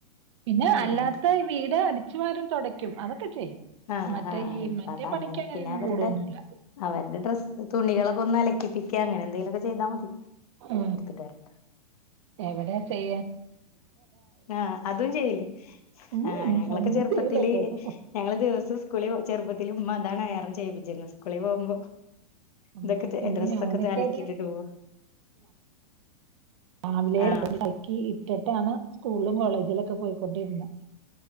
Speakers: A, on the right; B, on the left.
A: പിന്നെ
B: ആഹ്
A: അല്ലാത്ത ഈ വീട് അടിച്ചു വാരും തുടയ്ക്കും അതൊക്കെ ചെയ്യും.
B: ആഹ്
A: മറ്റേ
B: ആഹ്
A: ഈ
B: ഇപ്പ
A: മറ്റേ
B: അത
A: പണിക്കങ്ങനൊന്നും
B: അങ്ങനെ പിന്നെ അവരുടെ
A: കൂടൊന്നുല്ല.
B: അവരുടെ ഡ്രസ്സ് തുണികളൊക്കെ ഒന്ന് അലക്കിപ്പിക്ക. അങ്ങനെ എന്തെങ്കിലുമൊക്കെ ചെയ്താൽ മതി.
A: ആ
B: എടുത്തിട്ട് വരട്ടെ
A: എവിടെയാ ചെയ്യ.
B: ആഹ് അതും ചെയ്ല്ലേ
A: ഉം
B: ആഹ
A: ഉം
B: ഞങ്ങളൊക്കെ
A: ഒന്നും
B: ചെറുപ്പത്തില്
A: ചെയ്യില്ല ഇപ്പഴൊക്കെ.
B: ഞങ്ങള് ദിവസം. കുളി ചെറുപ്പത്തില് ഉമ്മ അതാണ് യാറെ ചെയ്യിപ്പിക്കുന്നത് കുളി പോകുമ്പോ
A: ആ
B: ഇതൊക്കെ
A: പിന്നെ
B: അഡ്രസ്സ്
A: ഞാനൊക്കെ
B: ഒക്കെ അലക്കിട്ടിടുപോ
A: അത് രാവിലെ
B: ആഹ്
A: എക്കി ഇറ്റിട്ടാണ് സ്കൂളും കോളേജിലൊക്കെ പോയിക്കൊണ്ടിരുന്നത്.